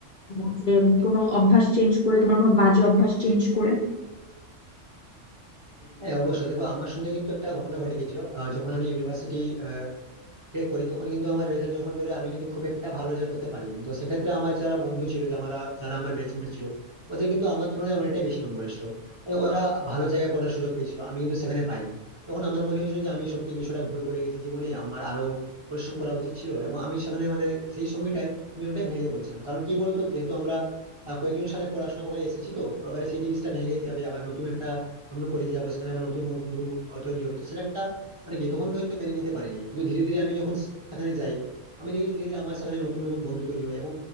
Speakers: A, on the left (about 50°); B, on the right (about 25°).
A: তোলো যে কোনো অভ্যাস চেঞ্জ করে তোমার কোনো বাজে অভ্যাস চেঞ্জ করে
B: হ্যাঁ অবশ্যই দেখো আমার সঙ্গে কিন্তু একটা ঘটনা ঘটে গেছিল আহ, যখন আমি ইউনিভার্সিটি ক্র্যাক করি তখন কিন্তু আমার রেজাল্ট যখন বেরোয় আমি কিন্তু খুব একটা ভালো রেজাল্ট করতে পারি তো সেক্ষেত্রে আমার যারা বন্ধু ছিল যারা যারা আমার ব্যাচমেট ছিল ওদের কিন্তু আমার তুলনায় অনেকটাই বেশি নম্বর এসেছিল তাই ওরা ভালো জায়গায় পড়ার সুযোগ পেয়েছিল আমি কিন্তু সেখানে পাইনি তখন আমার মনে হয়েছিল যে আমি সত্যি কিছুটা ভুল করে গেছি জীবনে আমার আরো পরিশ্রম করা উচিত ছিল এবং আমি সেখানে মানে সেই সময়টাই আমি ওটাই ভেঙে পড়েছিলাম কারণ কি বলতো যেহেতু আমরা আহ, কয়েকজনের সাথে পড়াশোনা করে এসেছি তো তো এবারে সেই জিনিসটা ভেঙে যাবে আবার নতুন একটা অন্য কলেজে যাবো সেখানে আবার নতুন বন্ধু আহ, তৈরি হবে তো সেটা একটা মানে কি তখন হয়তো মেনে নিতে পারিনি কিন্তু ধীরে ধীরে আমি যখন সেখানে যাই আমি দেখি যে ধীরে ধীরে আমার সেখানে নতুন নতুন বন্ধু তৈরি হয় এবং